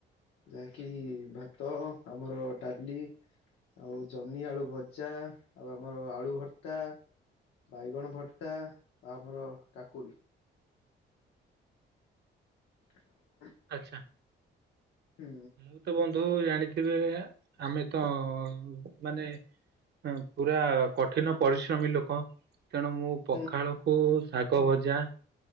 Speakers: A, on the left (about 90°); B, on the right (about 55°).
A: ଯାହାକି ଭାତ ଆମର ଡାଲି ଆଉ ଜହ୍ନି ଆଳୁ ଭଜା ଆଉ ଆମର ଆଳୁ ଭର୍ତ୍ତା ବାଇଗଣ ଭର୍ତା ଆଉ ଆମର କାକୁଡି। <inaudible>
B: ଆଚ୍ଛା।
A: ହୁଁ
B: ମୁଁ ତ ବନ୍ଧୁ ଜାଣିଥିବେ ଆମେ ତ ମାନେ ପୁରା କଠିନ ପରିଶ୍ରମୀ ଲୋକ। ତେଣୁ ମୁଁ ପଖାଳକୁ
A: ହୁଁ
B: ଶାଗ ଭଜା